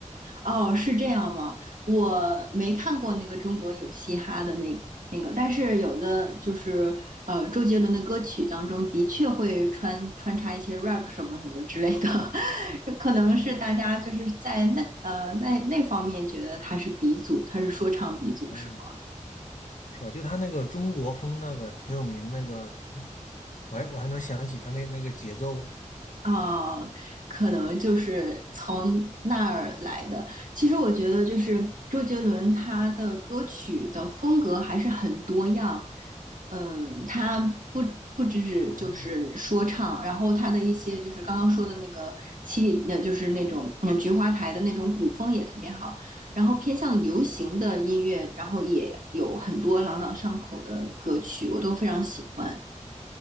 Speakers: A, on the right (about 85°); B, on the left (about 75°).
A: 哦，是这样吗？我没看过那个中国有嘻哈的那那个，但是有的就是呃，周杰伦的歌曲当中的确会穿穿插一些 rap 什么什么之类的，<laughs> 可能是大家就是在那呃那那方面觉得他是鼻祖，他是说唱鼻祖，
B: 嗯。
A: 是吧？
B: 是吧？就他那个中国风那个挺有名那个，嗯我还我还能想起他那那个节奏呢。
A: 啊，可能就是从那儿来的。其实我觉得，就是周杰伦他的歌曲的风格还是很多样。嗯，他不不只只就是说唱，
B: 哦，
A: 然后他的一些就是刚刚说的那个七里，呃，就是那种嗯菊花台的那种古风也特别好。然后偏向流行的音乐，然后也有很多朗朗上口的歌曲，我都非常喜欢。